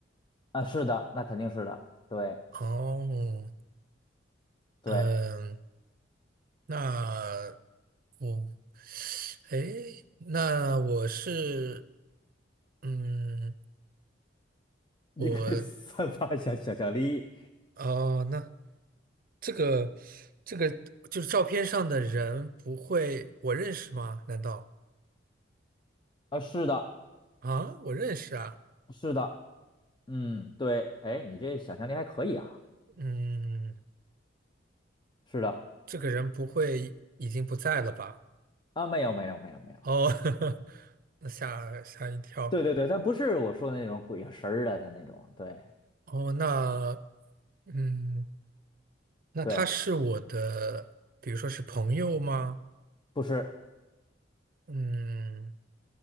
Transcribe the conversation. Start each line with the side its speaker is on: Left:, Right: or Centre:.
Left: 啊！是的，那肯定是的，对
Right: 哦，
Left: 对，
Right: 嗯，那我诶，那我是，嗯，
Left: 你可以
Right: 我，
Left: <laughs> 散发一下想象力
Right: 哦，那这个，这个就是照片上的人不会我认识吗？难道
Left: 啊！是的，
Right: 啊，我认识啊，
Left: 是的，嗯，对，哎，你这想象力还可以啊！
Right: 嗯，
Left: 是的，
Right: 这个人不会已经不在了吧？
Left: 啊，没有没有没有没有，
Right: 哦，<laughs> 那吓吓一跳。
Left: 对对对，他不是我说的那种鬼神儿的，他那种，对
Right: 哦，那，嗯，那他是我的，
Left: 对，
Right: 比如说是朋友吗？
Left: 不是
Right: 嗯。